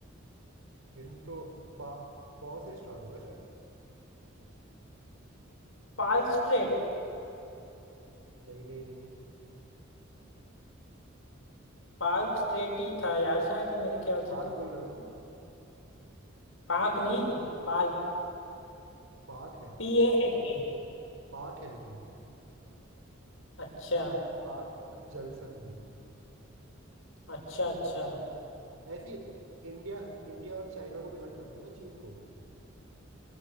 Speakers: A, on the right; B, on the left.
A: हिंड तो पा पौ से स्टार्ट होता है शायद
B: Palk Strait
A: नहीं नहीं नहीं
B: पाल्क स्ट्रेट ही था यार शायद मेरे ख्याल
A: पाक
B: से तो
A: बोल रहे हो ना तुम
B: पाक नहीं Palk
A: पाक है
B: P A L K
A: पाक है लेकिन
B: अच्छा
A: पाक जल संधि
B: अच्छा अच्छा
A: ऐसी इंडिया इंडिया और चाइना को भी अलग करता है ना चीन को